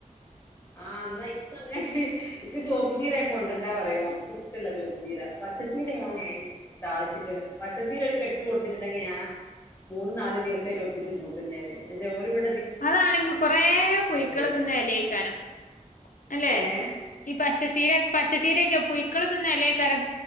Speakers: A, on the left (about 20°); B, on the left (about 85°).
A: ആ ന്നാ ഇക്കങ്ങനെ ഇക്ക്ചോ പ്പ്ച്ചീര കൊണ്ടർണ്ടാ പർ റയലാ ണ് ഇഷ്ടല്ല ചോപ്പ് ചീര പച്ചച്ചീര ഞാന് താളിച്ചിട്ട് പച്ച ചീര ഒരു കെട്ട് കൊട്‌ന്നിട്ടുണ്ടെങ്കിഞാ മൂന്നും നാലും ദിവസായിട്ട് ഒപ്പിച്ച് കൂട്ടും ഞാന് പക്ഷേ ഓല് കൂ
B: അതാണെങ്കി കൊറേ പൊയ്ക്കള്
A: വരിക
B: തിന്ന എലെ ക്കാരം അല്ലെ
A: ഏഹ്
B: ഈ പ ച്ചീര പച്ചച്ചീരൊക്കെ പുയ്ക്കള് തിന്നലേക്കാരം